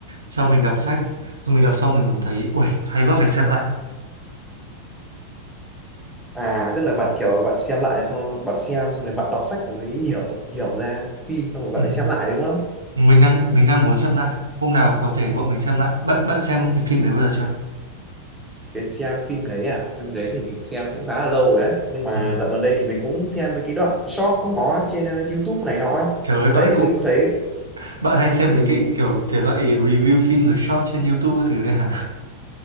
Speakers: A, on the right; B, in the centre.
A: Sau mình đọc sách, xong mình đọc xong mình cảm thấy ui hay quá phải xem lại.
B: à tức là bạn kiểu bạn xem lại xong bạn xem xong rồi bạn đọc sách mới hiểu hiểu ra phim xong rồi bạn
A: Ừ.
B: đi xem lại đúng không
A: mình đang mình đang muốn xem lại hôm nào có thể bọn mình xem lại bạn bạn xem cái phim đấy bao giờ chưa
B: cái xem phim đấy à phim đấy thì mình xem cũng khá là lâu rồi á nhưng mà
A: ừ.
B: dạo gần đây thì mình cũng xem mấy cái đoạn short của nó trên ờ, YouTube này nọ ấy.
A: trời ơi bạn
B: đấy thì
A: cũng
B: mình cũng thấy
A: bạn hay xem mấy
B: thì mình
A: cái kiểu thể loại review phim rồi short trên YouTube cái thứ đấy hả